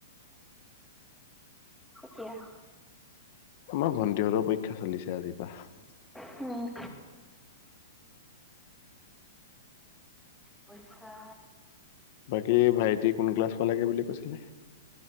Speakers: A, in the centre; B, on the left (about 45°).
A: এতিয়া।
B: মাৰ ভণ্টি তেহ'তৰ পৰীক্ষা চলিছে আজিৰ পৰা।
A: উম। পইছা
B: বাকী ভাইটি কোন ক্লাছ পালাগে বুলি কৈছিলে?